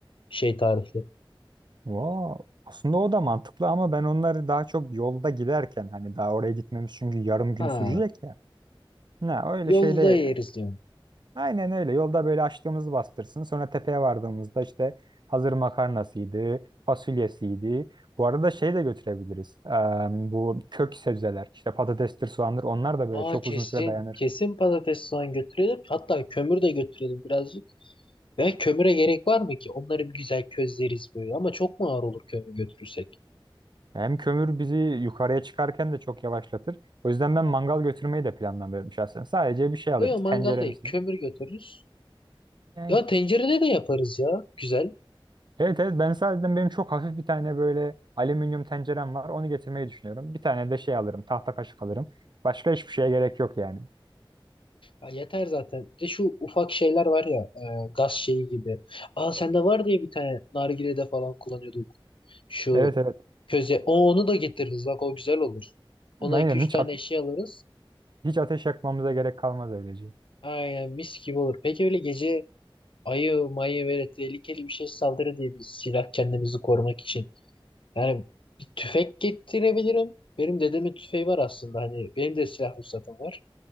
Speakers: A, on the left; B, on the right.
A: şey tarihli.
B: Vaa, aslında o da mantıklı ama ben onları daha çok yolda giderken hani daha oraya gitmemiz çünkü yarım gün
A: Ha,
B: sürecek ya. Ne öyle
A: yolda
B: şeyde
A: yeriz diyorum.
B: aynen öyle yolda böyle açtığımızı bastırsın. Sonra tepeye vardığımızda işte hazır makarnasıydı, fasulyesiydi. Bu arada şey de götürebiliriz. Em, bu kök sebzeler işte patatestir, soğandır onlar da böyle
A: Aa
B: çok
A: kesin.
B: uzun süre dayanır.
A: Kesin patates soğan götürelim. Hatta kömür de götürelim birazcık. Ve kömüre gerek var mı ki? Onları bir güzel közleriz böyle. Ama çok mu ağır olur kömür götürürsek?
B: Hem kömür bizi yukarıya çıkarken de çok yavaşlatır. O yüzden ben mangal götürmeyi de planlamıyorum şahsen. Sadece bir şey alırız.
A: Yok mangal
B: Tenceremsi.
A: değil. Kömür götürürüz.
B: Yani
A: Ya tencerede de yaparız ya. Güzel.
B: Evet evet ben sadece benim çok hafif bir tane böyle alüminyum tencerem var. Onu getirmeyi düşünüyorum. Bir tane de şey alırım. Tahta kaşık alırım. Başka hiçbir şeye gerek yok yani.
A: Ya yeter zaten. Bir de şu ufak şeyler var ya e, gaz şeyi gibi. Aa sende var diye bir tane nargilede falan kullanıyorduk. Şu
B: Evet evet.
A: köze. O, onu da getiririz. Bak o güzel olur. Ona
B: Aynen
A: iki üç
B: hiç,
A: tane
B: ate-
A: eşya alırız.
B: hiç ateş yakmamıza gerek kalmaz öylece.
A: Aynen mis gibi olur. Peki öyle gece ayı mayı böyle tehlikeli bir şey saldırı diye bir silah kendimizi korumak için. Yani bir tüfek getirebilirim. Benim dedemin tüfeği var aslında. Hani benim de silah ruhsatım var.